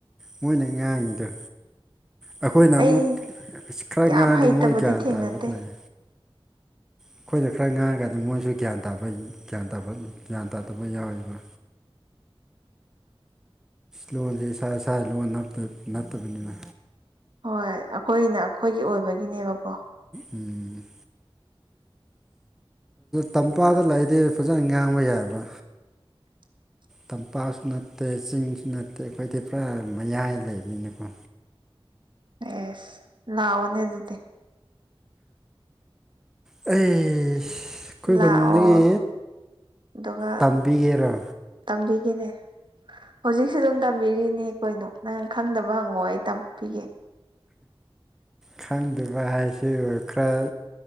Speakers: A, in the centre; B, on the right.
A: ꯃꯣꯏꯅ ꯉꯥꯡꯉꯤꯗ ꯑꯩꯈꯣꯏꯅ
B: ꯑꯩ
A: ꯑꯃꯨꯛ ꯈꯔ
B: ꯌꯥꯝ
A: ꯉꯥꯡꯉꯗꯤ
B: ꯍꯩꯇꯕꯗꯤ
A: ꯃꯣꯏ ꯒ꯭ꯌꯥꯟ
B: ꯊꯦꯡꯅꯗꯦ
A: ꯇꯥꯕ ꯂꯩ ꯑꯩꯈꯣꯏꯅ ꯈꯔ ꯉꯥꯡꯉꯀꯥꯟꯗ ꯃꯣꯏꯁꯨ ꯒ꯭ꯌꯥꯟ ꯇꯥꯕ ꯒ꯭ꯌꯥꯟ ꯇꯥꯕꯅꯤ ꯒ꯭ꯌꯥꯟ ꯇꯥꯗꯕ ꯌꯥꯎꯋꯕ
B: <unintelligible>
A: ꯂꯣꯟꯁꯦ ꯏꯁꯥ ꯏꯁꯥ ꯂꯣꯟ ꯅꯠꯇꯕꯅꯤꯅ
B: ꯍꯣꯏ ꯑꯩꯈꯣꯏꯅ ꯑꯩꯈꯣꯏꯒꯤ ꯑꯣꯏꯕꯒꯤꯅꯦꯕꯀꯣ
A: ꯎꯝ ꯇꯝꯄꯥꯗ ꯂꯥꯛꯏꯗꯤ ꯐꯖꯅ ꯉꯥꯡꯕ ꯌꯥꯏꯕ
B: <unintelligible>
A: ꯇꯝꯄꯥꯛꯁꯨ ꯅꯠꯇꯦ ꯆꯤꯡꯁꯨ ꯅꯠꯇꯦ ꯑꯩꯈꯣꯏꯗꯤ ꯄꯨꯔꯥ ꯃꯌꯥꯏ ꯂꯩꯕꯅꯤꯅꯀꯣ
B: ꯑꯦꯁ ꯂꯎꯅꯦ ꯑꯗꯨꯗꯤꯦ
A: ꯑꯩ ꯑꯩꯈꯣꯏ
B: ꯂꯥꯛꯑꯣ
A: ꯈꯨꯟꯗꯒꯤ
B: ꯑꯗꯨꯒ
A: ꯇꯝꯕꯤꯒꯦꯔꯣ
B: ꯇꯝꯕꯤꯒꯦꯅꯦ ꯍꯧꯖꯤꯛꯁꯨ ꯑꯗꯨꯝ ꯇꯝꯕꯤꯔꯤꯅꯦ ꯀꯩꯅꯣ ꯅꯪ ꯈꯪꯗꯕ ꯍꯪꯉꯣ ꯑꯩ ꯇꯝꯄꯤꯒꯦ
A: ꯈꯪꯗꯕ ꯍꯥꯏꯁꯤ ꯈꯔ